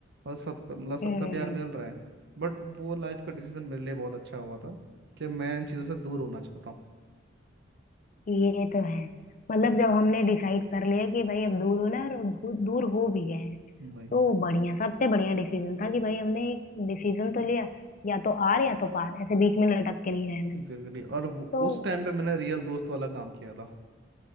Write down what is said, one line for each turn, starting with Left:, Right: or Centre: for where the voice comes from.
Right: और सबका मतलब सबका
Left: हम्म,
Right: प्यार मिल रहा है बट वो लाइफ का डिसीजन मेरे लिए बहुत अच्छा हुआ था कि मैं इन चीज़ों से दूर होना चाहता
Left: ये तो है मतलब
Right: हूँ
Left: जब हमने डिसाइड कर लिया कि भाई अब दूर होना है और दूर दूर हो भी गए हैं
Right: वही
Left: तो वो बढ़िया सबसे बढ़िया डिसीजन था कि भाई हमने एक डिसीजन तो लिया या तो आर या तो पार ऐसे बीच में लटक के नहीं रहना
Right: एग्जैक्टली
Left: है
Right: और वो-
Left: तो
Right: उस टाइम पे मैंने रियल दोस्त वाला काम किया था